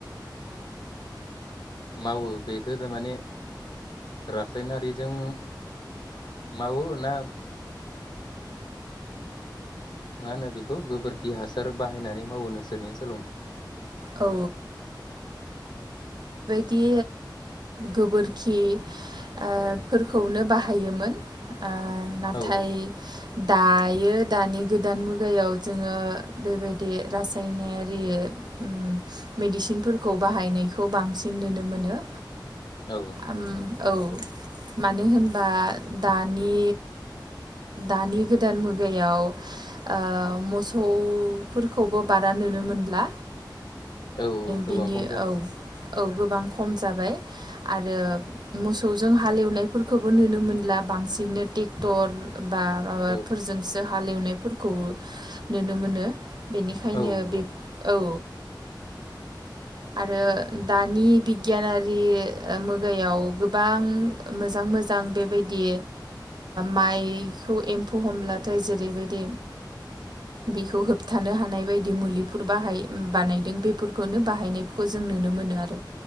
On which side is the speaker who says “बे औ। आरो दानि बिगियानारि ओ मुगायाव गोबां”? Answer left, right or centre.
Right